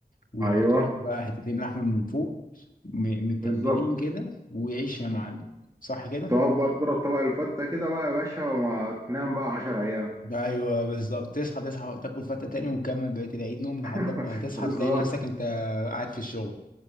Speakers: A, on the left; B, on the right.
A: ويحطوا
B: ايوه
A: لك بقى حتتين لحم من فوق م- متبلين
B: بالظبط
A: كده وعيش يا معلم صح كده
B: تقعد بقى تضرب طبق الفتة كده بقى يا باشا وما تنام بقى 10 أيام
A: ايوه بالظبط تصحى تصحى تاكل فتة تاني وتكمل بقية العيد نوم لحد
B: <laughs>
A: ما تصحى
B: بالظبط
A: تلاقي نفسك انت قاعد في الشغل